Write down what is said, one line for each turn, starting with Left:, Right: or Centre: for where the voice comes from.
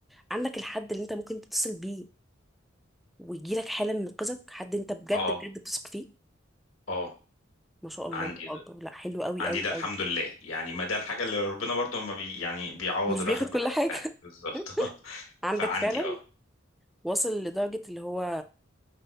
Centre: عندك الحد اللي انت ممكن تتصل بيه ويجي لك حالا ينقذك حد انت بجد
Left: اه
Centre: بجد بتثق فيه
Left: اه
Centre: ما شاء الله
Left: عندي
Centre: الله اكبر
Left: ده
Centre: لا حلو قوي
Left: عندي
Centre: قوي
Left: ده الحمد
Centre: قوي
Left: لله يعني ما ده الحاجة اللي ربنا برضو ما بي يعني بيعوض
Centre: مش
Left: الواحد
Centre: بياخد كل
Left: بحاجات
Centre: حاجه
Left: تانية بالظبط <laughs>
Centre: <laughs> عندك
Left: فعندي
Centre: فعلا
Left: اه
Centre: واصل لدرجه اللي هو